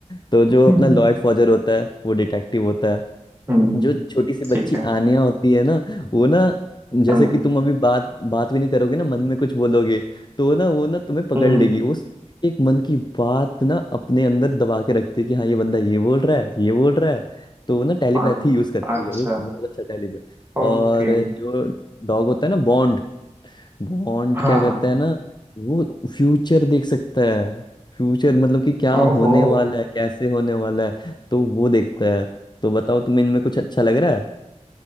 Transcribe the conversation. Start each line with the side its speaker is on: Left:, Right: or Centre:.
Left: तो जो
Right: हम्म
Left: अपना लॉयड फॉजर होता है वो डिटेक्टिव होता है
Right: हम्म,
Left: जो छोटी सी बच्ची
Right: ठीक है
Left: आनिया होती है ना वो ना जैसे
Right: हम्म
Left: कि तुम अभी बात बात भी नहीं करोगे ना मन में कुछ बोलोगे तो ना वो ना तुम्हें पकड़
Right: हम्म,
Left: लेगी उस एक मन की बात ना अपने अंदर दबा के रखती है कि हाँ ये बंदा ये बोल रहा है ये बोल रहा है तो वो ना टेलीपैथी
Right: अ-
Left: यूज करती
Right: अच्छा
Left: है वो बहुत अच्छा टेलीपैथ
Right: ओके
Left: और जो डॉग होता है ना बॉन्ड बॉन्ड
Right: हाँ
Left: क्या करता
Right: हाँ
Left: है ना वो फ्यूचर देख सकता है फ्यूचर मतलब कि क्या
Right: ओहो
Left: होने वाला है कैसे होने वाला है तो वो देखता है तो बताओ तुम्हें इनमें कुछ अच्छा लग रहा